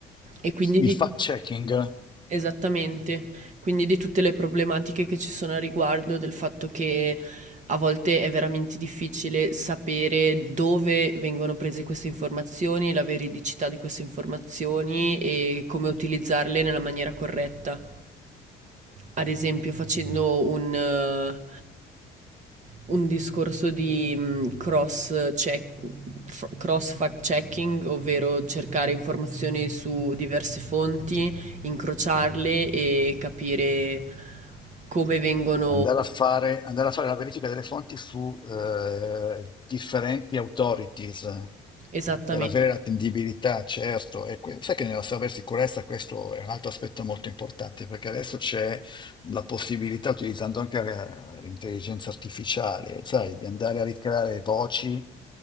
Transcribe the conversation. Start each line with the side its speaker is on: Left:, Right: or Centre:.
Right: e quindi
Left: Il
Right: di
Left: fact-checking.
Right: Esattamente. Quindi di tutte le problematiche che ci sono a riguardo, del fatto che a volte è veramente difficile sapere dove vengono prese queste informazioni, la veridicità di queste informazioni e come utilizzarle nella maniera corretta. Ad esempio, facendo un, eh, un discorso di mh, cross check, f- cross fact checking, ovvero cercare informazioni su diverse fonti, incrociarle e capire come vengono
Left: Andare a fare, andare a fare la verifica delle fonti su eh, differenti authorities eh,
Right: esattamente.
Left: per avere l'attendibilità, certo. E que- sai che nella cybersicurezza questo è un altro aspetto molto importante, perché adesso c'è la possibilità, utilizzando anche eh, l'intelligenza artificiale, sai, di andare a ricreare voci,